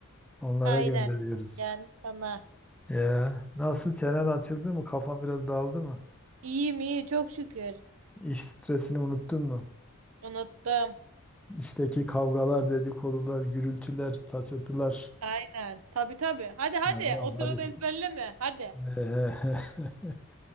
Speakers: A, in the centre; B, on the right.
A: Onlara
B: Aynen.
A: gönderiyoruz.
B: Yani sana.
A: Ya nasıl çenen açıldı mı? Kafan biraz dağıldı mı?
B: İyiyim iyi çok şükür.
A: İş stresini unuttun mu?
B: Unuttum.
A: İşteki kavgalar, dedikodular, gürültüler, taçatılar.
B: Aynen. Tabii tabii. Hadi hadi.
A: Tamam
B: O sırada
A: hadi.
B: ezberleme. Hadi.
A: <laughs>